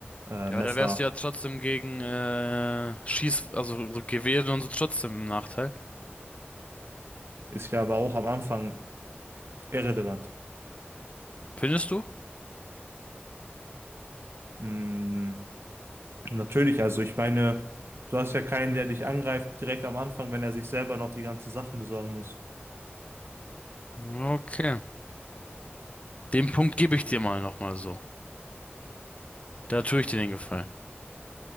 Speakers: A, on the right (about 75°); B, on the left (about 30°).
A: äh,
B: Ja,
A: Messer
B: aber da wärst du ja trotzdem gegen äh, Schieß, also so Gewehre und so trotzdem im Nachteil.
A: ist ja aber auch am Anfang irrelevant.
B: Findest du?
A: Mm, natürlich, also ich meine, du hast ja keinen, der dich angreift direkt am Anfang, wenn er sich selber noch die ganzen Sachen besorgen muss.
B: Okay. Den Punkt gebe ich dir mal nochmal so. Da tue ich dir den Gefallen.